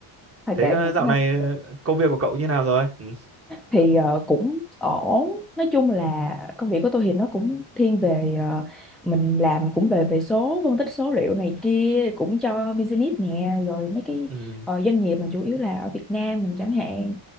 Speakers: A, in the centre; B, on the right (about 25°).
A: thôi
B: Thế
A: kệ
B: ờ,
A: miễn
B: dạo này ờ, công việc của cậu như nào rồi? Ừ.
A: thì ờ, cũng ổn nói chung là công việc của tôi thì nó cũng thiên về ờ, mình làm cũng về về số phân tích số liệu này kia cũng cho business nè rồi mấy cái
B: Ừ.
A: ờ, doanh nghiệp mà chủ yếu là ở Việt Nam mình chẳng hạn